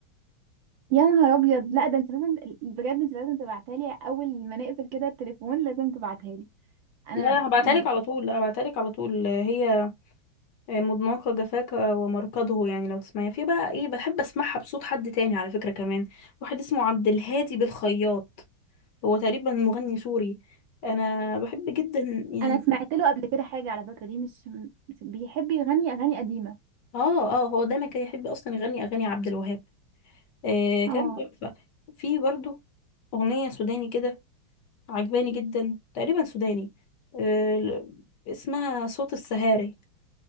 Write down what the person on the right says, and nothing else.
يا نهار ابيض لا ده انت لازم بجد انت لازم تبعتها لي اول ما نقفل كده التليفون لازم تبعتها لي انا
م-
انا سمعت له قبل كده حاجه على فكره دي مش م- بيحب يغني اغاني قديمه
اه